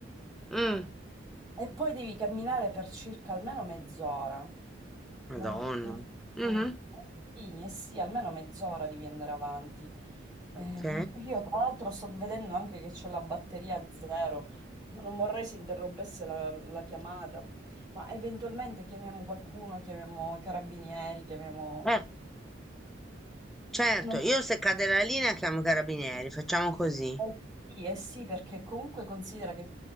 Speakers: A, in the centre; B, on the right.
A: mm,
B: E poi devi camminare per circa almeno mezz'ora.
A: Madonna.
B: Non, non più.
A: Mhm,
B: Eh Sì, eh sì, almeno mezz'ora devi andare avanti. Eh,
A: Ok.
B: m- io tra l'altro sto vedendo anche che ho la batteria a zero. Non vorrei si interrompesse la, la chiamata, ma eventualmente chiamiamo qualcuno, chiamiamo i carabinieri, chiamiamo...
A: Eh, Certo,
B: non-
A: io se cade la linea chiamo i carabinieri, facciamo così.
B: Eh sì, eh sì, perché comunque considera che